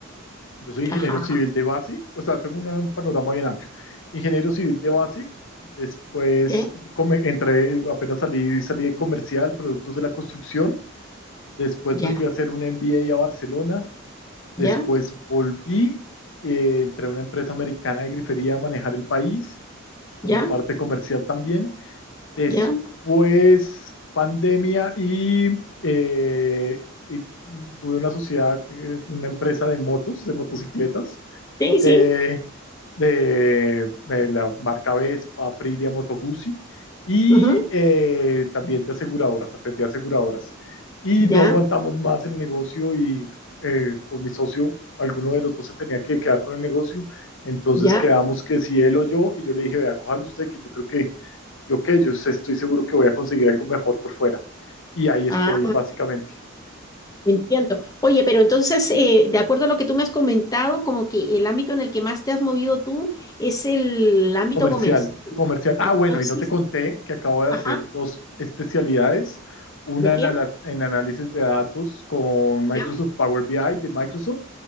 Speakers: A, on the left; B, on the left.
A: yo soy ingeniero
B: Ajá,
A: civil de base, o sea, tengo una- un panorama bien amplio. Ingeniero civil de base, después
B: ok,
A: come- entré, apenas salí, salí de comercial, productos de la construcción. Después
B: ya,
A: me fui a hacer un MBA a a Barcelona. Después
B: ya,
A: volví, eh, entré a una empresa americana de grifería a manejar el país, como
B: ya,
A: parte comercial también. Después
B: ya.
A: pandemia y, eh, y tuve una sociedad, eh, una empresa de motos, de motocicletas.
B: Sí, sí.
A: Eh, de, de la marca Vespa, Aprilia, Moto Guzzi y
B: ujú,
A: eh, también de aseguradoras, atendía aseguradoras. Y
B: Ya,
A: no aguantamos más el negocio y eh, con mi socio, alguno de los dos se tenía que quedar con el negocio, entonces
B: ya.
A: quedamos que si él o yo, y yo le dije, vea, cójalo usted, que yo creo que yo que yo estoy seguro que voy a conseguir algo mejor por fuera. Y ahí estoy
B: Ah.
A: básicamente.
B: Entiendo. Oye, pero entonces, eh, de acuerdo a lo que tú me has comentado, como que el ámbito en el que más te has movido tú es el ámbito
A: Comercial,
B: comercial.
A: comercial. Ah,
B: Entonces,
A: bueno, y no te conté que acabo de
B: ajá,
A: hacer dos especialidades, una
B: ¿de qué?
A: en, ala- en análisis de datos con Microsoft
B: ¿Ya?
A: Power BI de Microsoft